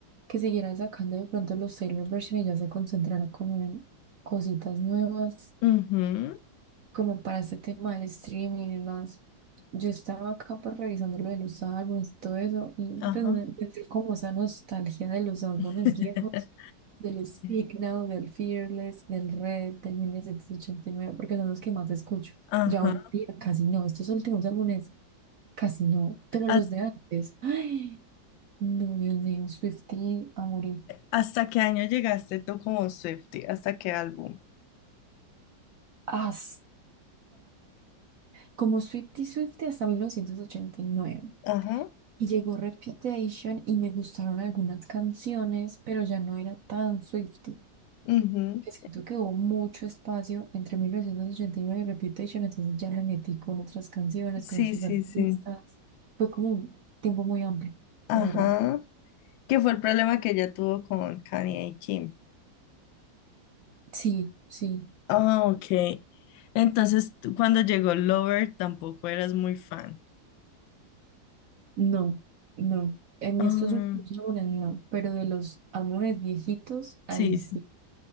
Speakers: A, on the right (about 60°); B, on the left (about 80°).
A: que siguieran sacando de pronto los Taylor Version y ya se concentrara como en cositas nuevas,
B: Ujú,
A: como para este tema del streaming y demás. Yo estaba acá pues revisando lo de los álbumes y todo eso, y
B: ajá.
A: pues me entré como esa nostalgia de los álbumes
B: <laughs>
A: viejos, del Speak
B: Sí,
A: Now, del Fearless, del Red, del mil novecientos ochenta y nueve porque son los que más escucho.
B: ajá.
A: Ya hoy en día casi no, estos últimos álbumes. Casi no, pero
B: ¿Has-
A: los de antes. Ay, no, Dios mío, Swiftie a morir.
B: ¿Hasta qué año llegaste tú como Swiftie? ¿Hasta qué álbum?
A: Hasta, como Swiftie Swiftie hasta mil novecientos ochenta Y nueve
B: Ajá.
A: y llegó Reputation y me gustaron algunas canciones, pero ya no era tan Swiftie.
B: ujú.
A: Que Siento que hubo mucho espacio entre 1989 y nueve y Reputation, entonces ya la metí con otras canciones,
B: Sí,
A: con otros
B: sí,
A: artistas.
B: sí.
A: Fue como un tiempo muy amplio,
B: Ajá.
A: la verdad.
B: Que fue el problema que ella tuvo con Kanye y Kim.
A: Sí, sí.
B: Ah, ok. Entonces, tú cuando llegó Lover tampoco eras muy fan.
A: No, no. En
B: Ah,
A: estos últimos álbumes no, pero de los álbumes viejitos, ahí
B: sí,
A: sí.
B: sí.